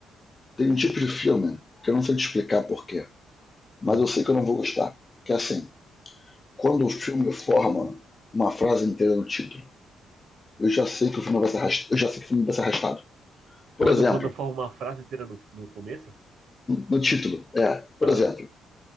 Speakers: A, on the left; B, on the right.
A: tem um tipo de filme que eu não sei te explicar porquê, mas
B: Ah.
A: eu sei que eu não vou gostar. Que é assim, quando o filme forma uma frase inteira no título, eu já sei que o filme vai ser arrastado. Eu já sei que o filme vai ser arrastado. Por
B: Quando,
A: exemplo,
B: quando forma uma frase inteira no, no começo?
A: no título, é, por
B: Ah,
A: exemplo,